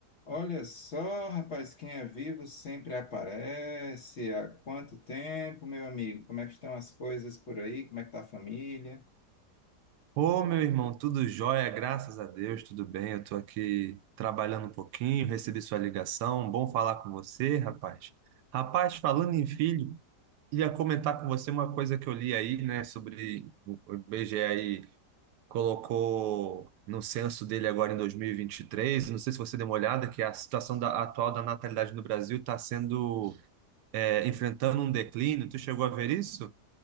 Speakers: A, on the left; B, on the right.
A: Olha só, rapaz, quem é vivo sempre aparece. Há quanto tempo, meu amigo? Como é que estão as coisas por aí? Como é que tá a família?
B: Ô, meu irmão, tudo jóia, graças a Deus, tudo bem. Eu tô aqui trabalhando um pouquinho, recebi sua ligação. Bom falar com você, rapaz. Rapaz, falando em filho, ia comentar com você uma coisa que eu li aí, né, sobre o o IBGE aí colocou no censo dele agora em 2023. Não sei se você deu uma olhada, que a situação da- atual da natalidade no Brasil está sendo é, enfrentando um declínio. Tu chegou a ver isso?